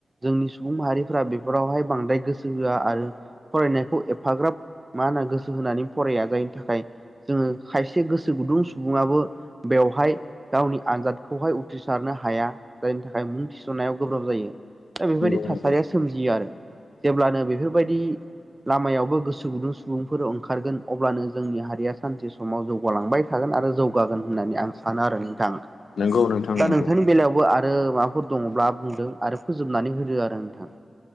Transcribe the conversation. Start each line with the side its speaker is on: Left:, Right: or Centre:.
Right: जोंनि सुबुं माहारिफोरा बेफोरावहाय बांद्राय गोसो होआ आरो फरायनायखौ एफाग्राब मा होनो गोसो होनानै फराया जायनि थाखाय जोङो खायसे गोसो गुदुं सुबुङाबो बेवहाय गावनि आनजादखौहाय उथ्रिसारनो हाया जायनि थाखाय मुं थिसननायाव गोब्राब जायो। दा बेफोरबायदि
Left: नंगौ
Right: थासारिया
Left: नंगौ
Right: सोमजियो आरो जेब्लानो बेफोरबायदि लामायावबो गोसो गुदुं सुबुंफोर ओंखारगोन अब्लानो जोंनि हारिया सानसे समाव जौगालांबाय थागोन आरो जौगागोन होननानै आं सानो आरो नोंथां।
Left: नंगौ नोंथां नंगौ
Right: दा नोंथांनि बेलायावबो आरो माबाफोर दङब्ला बुंदो आरो फोजोबनानै होदो आरो नोंथां।